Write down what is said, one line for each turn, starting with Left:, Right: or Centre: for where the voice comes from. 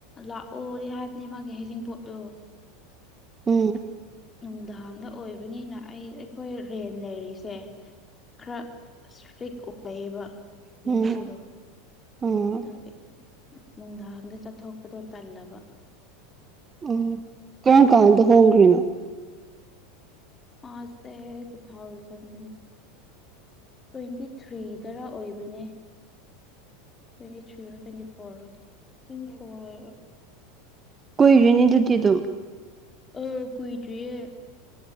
Left: ꯂꯥꯛꯑꯣꯗꯤ ꯍꯥꯏꯕꯅꯦ ꯃꯥꯒꯤ ꯍꯩꯖꯤꯡꯄꯣꯠꯇꯣ
Right: ꯎꯝ
Left: ꯅꯨꯡꯗꯥꯡꯗ ꯑꯣꯏꯕꯅꯤꯅ ꯑꯩ ꯑꯩꯈꯣꯏ ꯔꯦꯟ ꯂꯩꯔꯤꯁꯦ ꯈꯔ ꯏꯁꯇ꯭ꯔꯤꯛ ꯑꯣꯏꯌꯦꯕ ꯌꯨꯝꯕꯨꯗꯣ
Right: ꯎꯝ ꯎꯝ ꯎꯝ
Left: ꯑꯗꯨꯒꯤ ꯅꯨꯡꯗꯥꯡꯗ ꯆꯠꯊꯣꯛꯄꯗꯣ ꯇꯜꯂꯕ
Right: ꯑꯣ ꯀꯔꯝ ꯀꯥꯟꯗ ꯍꯣꯡꯈ꯭ꯔꯤꯅꯣ
Left: ꯃꯥꯥꯁꯦ ꯇꯨ ꯊꯥꯎꯖꯟ ꯇ꯭ꯋꯦꯟꯇꯤ ꯊ꯭ꯔꯤꯗꯔ ꯑꯣꯏꯕꯅꯦ twenty three twenty four twenty four
Right: ꯀꯨꯏꯗꯔꯤꯅꯦ ꯑꯗꯨꯗꯤ ꯑꯗꯨꯝ
Left: ꯑꯝ ꯀꯏꯗꯔꯤꯌꯦ